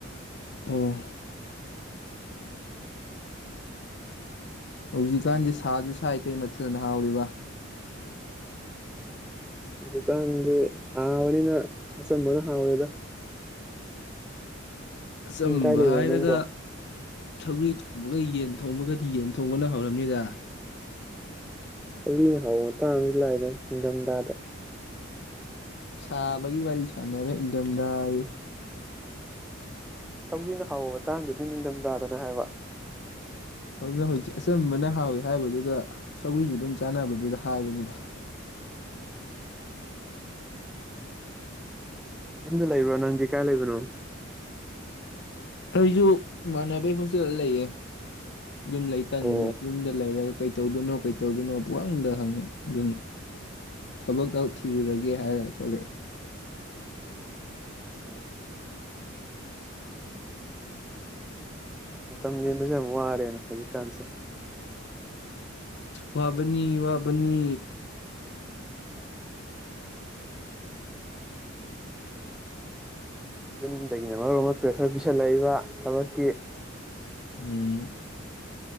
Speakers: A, on the left (about 60°); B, in the centre.
A: ꯑꯣ ꯍꯧꯖꯤꯛꯀꯥꯟꯗꯤ ꯁꯥꯁꯨ ꯁꯥꯏ ꯀꯩ ꯃꯊꯦꯜꯅ ꯍꯥꯎꯔꯤꯕꯥ
B: ꯍꯨꯖꯤꯀꯥꯟꯗꯤ ꯁꯥꯕꯅꯤꯅ ꯑꯆꯝꯕꯅ ꯍꯥꯎꯔꯦꯗꯥ
A: ꯑꯆꯝꯕ
B: ꯎꯝ ꯀꯥꯏ ꯂꯩꯕꯅꯣ
A: ꯍꯥꯏꯔꯒ
B: ꯅꯪꯕꯣ
A: ꯁꯧꯒ꯭ꯔꯤ ꯊꯣꯡꯕꯒ ꯌꯦꯟ ꯊꯣꯡꯕꯒꯗꯤ ꯌꯦꯟ ꯊꯣꯡꯕꯅ ꯍꯧꯔꯝꯅꯤꯗ
B: ꯁꯧꯒ꯭ꯔꯤꯅ ꯍꯥꯎꯕ ꯃꯇꯥꯡ ꯑꯝꯁꯨ ꯂꯥꯛꯑꯦꯗ ꯏꯪꯊꯝ ꯊꯥꯗ
A: ꯁꯥꯕꯒꯤ ꯋꯥꯔꯤ ꯁꯥꯟꯅꯔ ꯏꯪꯗꯝꯗꯥꯌ‌ꯦ
B: ꯁꯧꯒ꯭ꯔꯤꯅ ꯍꯥꯎꯕ ꯃꯇꯥꯡꯗꯨꯗꯤ ꯅꯤꯡꯗꯝꯗꯥꯗꯅ‌ꯦ ꯍꯥꯏꯕ
A: ꯑꯗꯨꯅ ꯍꯧꯖꯤꯛ ꯑꯆꯝꯕꯅ ꯍꯥꯎꯋꯤ ꯍꯥꯏꯕꯗꯨꯗ ꯁꯧꯒ‍꯭ꯔꯤꯁꯨ ꯑꯗꯨꯝ ꯆꯥꯟꯅꯕꯗꯨꯗ ꯍꯥꯏꯕꯅꯤꯗ
B: ꯌꯨꯝꯗ ꯂꯩꯕ꯭ꯔꯣ ꯅꯪꯗꯤ ꯀꯥꯏ ꯂꯩꯕꯅꯣ
A: ꯑꯩꯖꯨ ꯏꯃꯥꯟꯅꯕꯩ ꯍꯣꯁꯇꯦꯜꯗ ꯂꯩꯌꯦ ꯌꯨꯝ ꯂꯩ ꯇꯟꯗꯅ
B: ꯑꯣ
A: ꯌꯨꯝꯗ ꯂꯩꯔꯛ ꯀꯩ ꯇꯧꯗꯣꯅꯣ ꯀꯩ ꯇꯧꯗꯣꯅꯣ ꯄꯨꯡꯍꯪꯗ ꯍꯪꯉꯤ ꯑꯗꯨꯟ ꯊꯕꯛꯇ‌ꯣ‌ ꯊꯤꯔꯨꯔꯒꯦ ꯍꯥꯏꯔ ꯊꯣꯛꯂ‌‌ꯦꯑꯦ
B: ꯎꯝ ꯃꯇꯝ ꯂꯦꯟꯕꯖ‌ꯦ ꯌꯥꯝ ꯋꯥꯔꯦꯅꯦ ꯍꯧꯖꯤꯛꯀꯥꯟꯁꯦ
A: ꯋꯥꯕꯅꯤ ꯋꯥꯕꯅꯤ
B: ꯌꯨꯝꯗꯒꯤꯅ ꯃꯔ‌ꯣꯟ ꯑꯃ ꯄ꯭ꯔꯦꯁꯔ ꯄꯤꯁꯜꯂꯥꯏꯕ ꯊꯕꯛꯀꯤ
A: ꯎꯝ